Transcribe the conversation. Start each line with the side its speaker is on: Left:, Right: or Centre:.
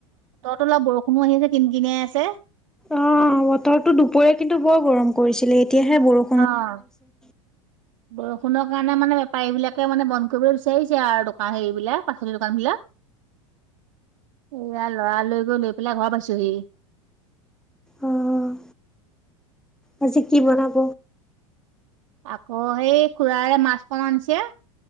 Right: তহঁতৰ অলপ বৰষুণো আহি আছে, কিন কিনাই আছে।
Centre: অ' বতৰটো দুপৰীয়া কিন্তু বৰ গৰম কৰিছিলে এতিয়াহে বৰষু
Right: অ'।
Centre: উ
Right: বৰষুণৰ কাৰণে মানে বেপাৰীবিলাকে মানে বন্ধ কৰিবলৈ বিচাৰিছে আৰু দোকান হেৰিবিলাক পাচলি দোকানবিলাক।
Centre: অ
Right: এইয়া লৰা লৰি কৈ লৈ পেলাই ঘৰ পাইছোহি।
Centre: অ', আজি কি বনাব?
Right: আকৌ সেই খুুৰাৰে মাছ কন আনিছে